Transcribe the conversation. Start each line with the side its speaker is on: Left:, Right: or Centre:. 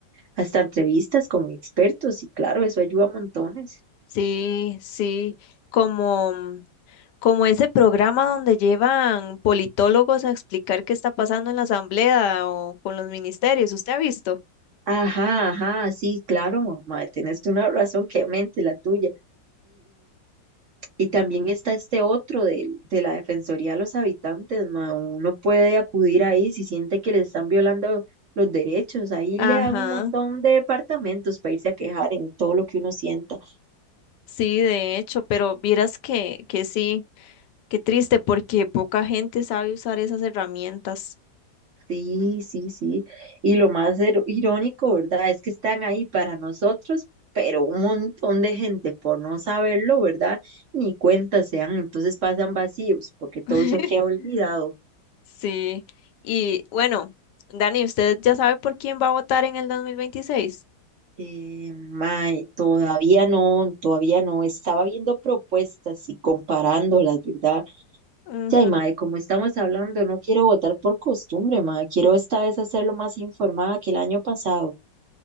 Right: hasta entrevistas con expertos y claro, eso ayuda a montones.
Left: sí, sí, como, Como ese programa donde llevan politólogos a explicar qué está pasando en la asamblea o con los ministerios, ¿usted ha visto?
Right: Ajá, ajá, sí, claro, mae, tienes una razón que mente la tuya. Y también está este otro del- de, la Defensoría de los Habitantes, ma. Uno puede acudir ahí si siente que le están violando los derechos. Ahí
Left: Ajá,
Right: le dan un montón de departamentos para irse a quejar en todo lo que uno sienta.
Left: sí, de hecho, pero vieras que, que sí, qué triste porque poca gente sabe usar esas herramientas.
Right: Sí, sí, sí. Y lo más ero- irónico, ¿verdad? Es que están ahí para nosotros, pero un montón de gente por no saberlo, ¿verdad? Ni cuenta se dan, entonces pasan vacíos, porque todo
Left: <laughs>
Right: eso queda olvidado.
Left: Sí, y bueno, Dani, ¿usted ya sabe por quién va a votar en el 2026?
Right: Eh, mae, todavía no, todavía no. Estaba viendo propuestas y comparándolas, ¿verdad?
Left: Ujú.
Right: Ya, y mae, como estamos hablando, no quiero votar por costumbre, mae. Quiero esta vez hacerlo más informada que el año pasado.